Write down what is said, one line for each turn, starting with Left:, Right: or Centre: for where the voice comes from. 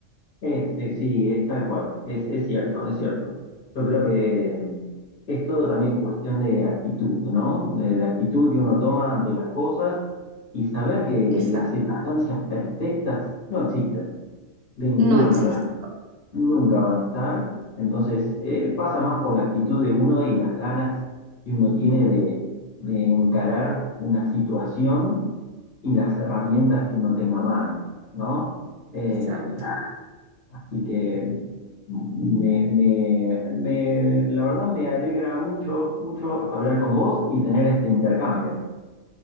Left: Es, es- sí, es tal cual, es, es cierto, es cierto. Yo creo que mm, es todo también cuestión de actitud, ¿no? De la actitud que uno toma ante las cosas y saber que
Right: Exacto.
Left: las circunstancias perfectas no existen de ninguna
Right: No existe.
Left: manera. nunca van a estar. Entonces, eh, pasa más por la actitud de uno y las ganas que uno tiene de, de encarar una situación y las herramientas que uno tenga a mano, ¿no? Eh,
Right: Exacto.
Left: así que me, me- me- la verdad me alegra mucho, mucho hablar con vos y tener este intercambio.